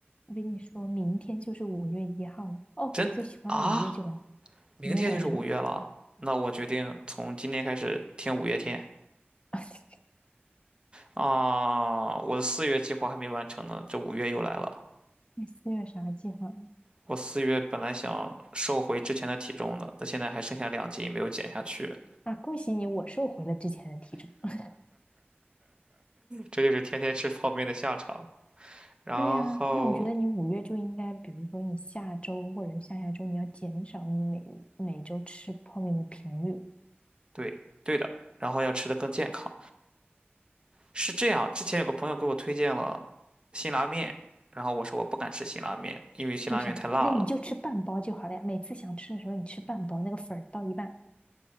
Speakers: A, on the left (about 30°); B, on the right (about 25°).
A: 我跟你说，明天就是五月一号了。哦，
B: 真啊，
A: 我最喜欢的五月就来了，
B: 明天就是五月了，
A: 你没有感觉吗？
B: 那我决定从今天开始听五月天
A: <laughs>
B: 啊。我的四月计划还没完成呢，这五月又来了。
A: 你四月啥计划吗？
B: 我四月本来想瘦回之前的体重的，但现在还剩下两斤没有减下去，
A: 啊，恭喜你，我收回了之前的体重。<laughs>
B: 这就是天天吃泡面的下场。然后，
A: 对呀，那我觉得你五月就应该，比如说你下周或者是下下周，你要减少你每每周吃泡面的频率。
B: 对对的，然后要吃的更健康。是这样，之前有个朋友给我推荐了辛拉面，然后我说我不敢吃辛拉面，因为辛拉面太辣了。
A: 为啥？那你就吃半包就好了呀。每次想吃的时候，你吃半包，那个粉儿倒一半，